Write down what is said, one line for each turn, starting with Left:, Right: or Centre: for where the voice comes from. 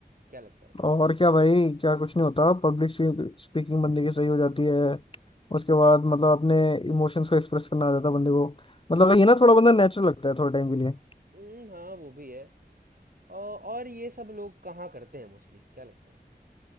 Right: क्या लगता है
Left: और क्या भाई क्या कुछ नहीं होता पब्लिक स्पीकिंग बंदे की सही हो जाती है उसके बाद मतलब अपने इमोशंस को एक्सप्रेस करना आ जाता है बंदे को मतलब ये ना थोड़ा बंदा नेचुरल लगता है थोड़े टाइम के लिए
Right: हम्म, हाँ वो भी है अ, और ये सब लोग कहाँ करते हैं मोस्टली क्या लगता है